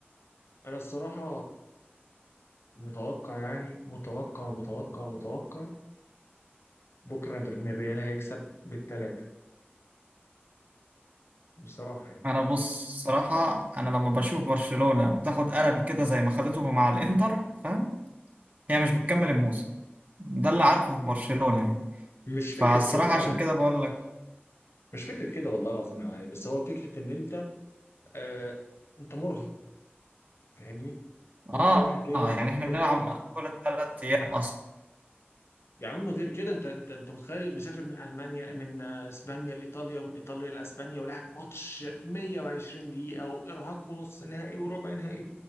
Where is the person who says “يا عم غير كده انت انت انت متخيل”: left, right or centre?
Left